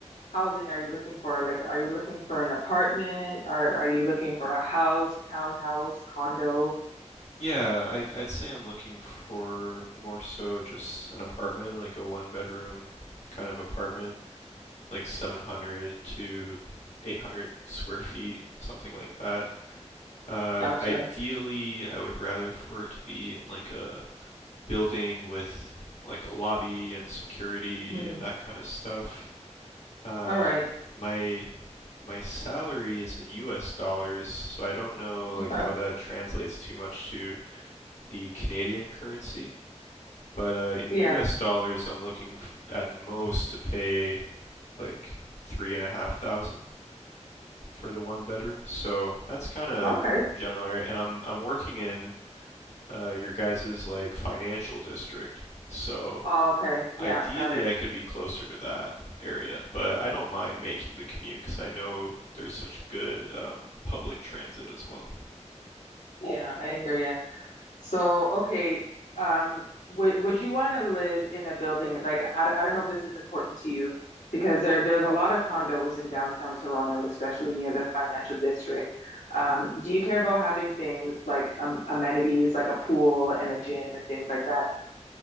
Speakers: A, on the left; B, on the left.
A: housing are you looking for? Like are you looking for an apartment or are you looking for a house, townhouse, condo?
B: Yeah, I, I'd say I'm looking for more so just an apartment, like a one bedroom kind of apartment, like 700 to 800 square feet, something like that. Uh,
A: Gotcha.
B: ideally, I would rather for it to be in like a building with like a lobby and security
A: Mhm.
B: and that kind of stuff. Um,
A: All right.
B: my my salary is in U.S. dollars, so I don't know like
A: Okay.
B: how that translates too much to the Canadian currency. But uh, in
A: Yeah.
B: U.S. dollars, I'm looking f- at most to pay like three and a half thousand for the one bedroom. So that's kind of
A: Okay.
B: general area, and I'm I'm working in uh, your guys's like financial district. So
A: Oh, okay.
B: ideally,
A: Yeah, got it.
B: I could be closer to that area, but I don't mind making the commute because I know there's such good um, public transit as well.
A: Yeah, I hear you. So, okay, um, would would you want to live in a building like I don't, I don't know if this is important to you because there there's a lot of condos in downtown Toronto, especially near the financial district. Um, do you care about having things like um, amenities like a pool and a gym and things like that?